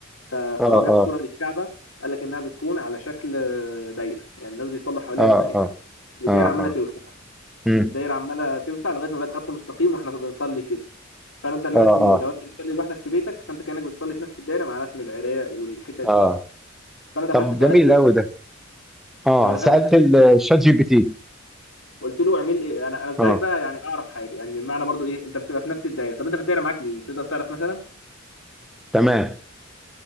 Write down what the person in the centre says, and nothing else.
اه
اه
اه
اه
اه
اه
امم
اه اه
اه
طب
جميل قوي ده اه
سألت
الشات جي بي تي
اه
تمام